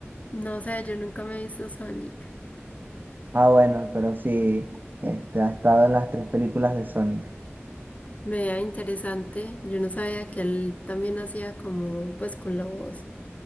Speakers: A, on the left (about 35°); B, on the right (about 45°).
A: no sé, yo nunca me he visto Sonic.
B: Ah, bueno, pero sí, este, ha estado en las tres películas de Sonic.
A: Vea, interesante. Yo no sabía que él también hacía como, pues, con la voz.